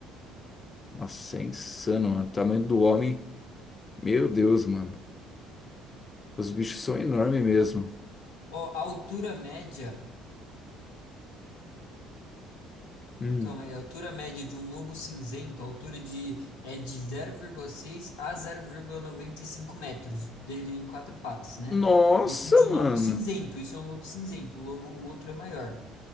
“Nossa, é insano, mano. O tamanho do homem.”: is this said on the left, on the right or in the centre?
Left